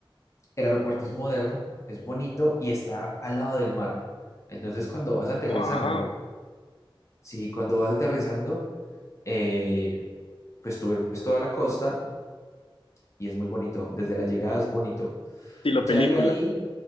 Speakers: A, on the left; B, on the left.
A: el aeropuerto es moderno, es bonito y está al lado del mar. Entonces cuando vas aterrizando,
B: Wow,
A: sí, cuando vas aterrizando, eh, pues tú ves toda la costa y es muy bonito. Desde la llegada es bonito.
B: estilo
A: Ya
B: película.
A: de ahí,